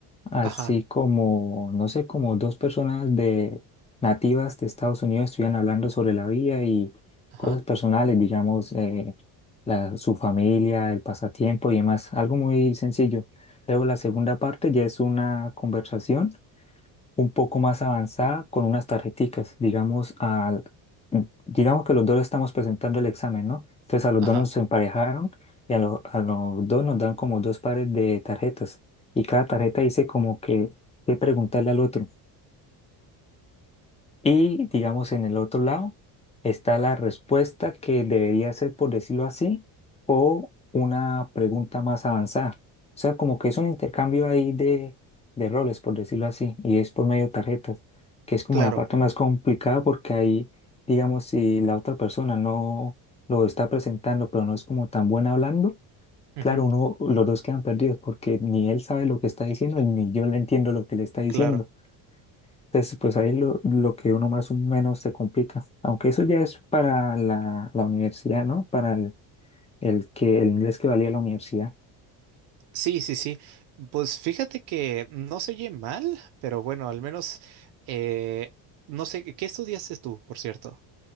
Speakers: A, on the left; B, on the right.
A: así
B: Ajá,
A: como, no sé, como dos personas de nativas de Estados Unidos estuvieran hablando sobre la vida y
B: ajá,
A: cosas personales, digamos, eh, la, su familia, el pasatiempo y demás, algo muy sencillo. Luego la segunda parte ya es una conversación un poco más avanzada con unas tarjeticas, digamos, al, digamos que los dos estamos presentando el examen, ¿no? Entonces a los
B: ajá.
A: dos nos emparejaron y a, lo- a los dos nos dan como dos pares de tarjetas y cada tarjeta dice como que qué preguntarle al otro. Y digamos en el otro lado está la respuesta que debería ser, por decirlo así, o una pregunta más avanzada. O sea, como que es un intercambio ahí de, de roles, por decirlo así, y es por medio de tarjetas, que es como
B: Claro,
A: la parte más complicada porque ahí, digamos, si la otra persona no lo está presentando, pero no es como tan buena hablando,
B: ujú,
A: claro, uno, los dos quedan perdidos porque ni él sabe lo que está diciendo, ni yo le entiendo lo que le está diciendo.
B: claro.
A: Entonces, pues ahí lo, lo que uno más o menos se complica. Aunque eso ya es para la, la universidad, ¿no? Para el, el que, el inglés que valía la universidad,
B: Sí, sí, sí. Pues fíjate que no se oye mal, pero bueno, al menos eh, no sé, ¿qué qué estudiaste tú, por cierto?